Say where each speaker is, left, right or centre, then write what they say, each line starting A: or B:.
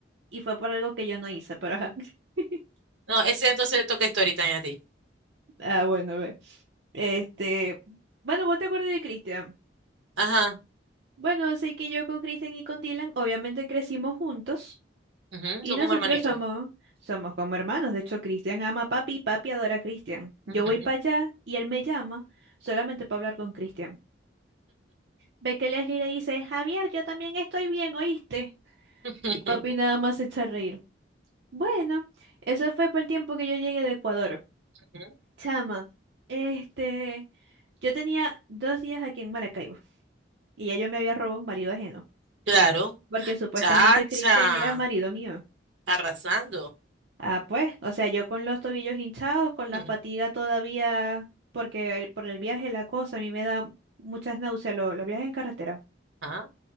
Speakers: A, on the right; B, on the right.
A: y fue por algo que yo no hice, pero ajá. <laughs>
B: No, ese entonces le toca historita, Story a ti.
A: Ah, bueno, ve. Este, bueno, ¿vos te acuerdas de Cristian?
B: Ajá.
A: Bueno, sé que yo con Cristian y con Dylan obviamente crecimos juntos
B: ujú,
A: y
B: Son
A: nosotros
B: como hermanitos.
A: somos somos como hermanos. De hecho, Cristian ama a papi y papi adora a Cristian. Yo
B: Ujú.
A: voy para allá y él me llama solamente para hablar con Cristian. Ve que Leslie le dice, Javier, yo también estoy bien, ¿oíste?
B: <laughs>
A: Y papi nada más se echa a reír. Bueno, eso fue por el tiempo que yo llegué de Ecuador.
B: Ujú.
A: Chama, este, yo tenía dos días aquí en Maracaibo y ya yo me había robado un marido ajeno,
B: Claro.
A: porque supuestamente
B: Chacha.
A: Cristian era marido mío.
B: Arrasando.
A: Ah, pues, o sea, yo con los tobillos hinchados, con la
B: <laughs>
A: fatiga todavía, porque el- por el viaje la cosa, a mí me da muchas náuseas lo- los viajes en carretera.
B: Ah,